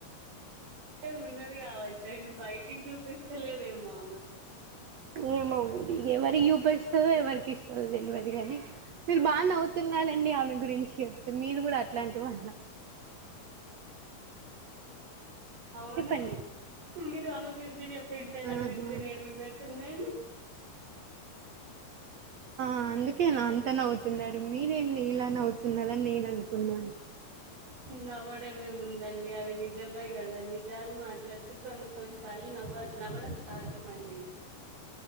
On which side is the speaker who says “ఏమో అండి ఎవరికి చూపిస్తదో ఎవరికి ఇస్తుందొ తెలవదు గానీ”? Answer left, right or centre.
Right